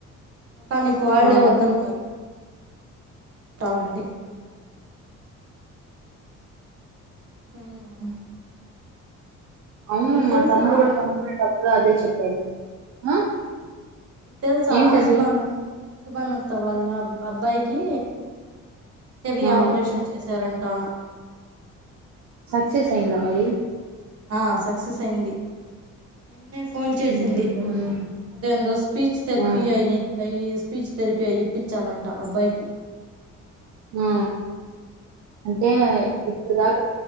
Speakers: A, on the right (about 50°); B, on the right (about 70°).
A: మెకానిక్ వాళ్ళే
B: ఆ
A: వద్దన్నారు. తామంటి ఆహా
B: అవును మా
A: తెలుసా
B: తమ్ముడు కూడా కొనుక్కునేటప్పుడు అదే చెప్పాడు ఆ
A: తెలుసా
B: ఏంటది
A: సూబానా సుభానత్త వాళ్ళ అబ్ అబ్బాయికి చెవి
B: ఆ
A: ఆపరేషన్ చేశారని ఆ
B: సక్సెస్ అయిందా మరి
A: ఆ సక్సెస్ అయింది నిన్నే ఫోన్ చేసింది
B: హ్మ్ బాగుంది
A: అదేందో స్పీచ్ థెరపీ
B: ఆ
A: అయి అయి స్పీచ్ థెరపీ అయి ఇప్పించాలంట అబ్బాయికి
B: ఆ అంటే ఇప్పుడు దాకా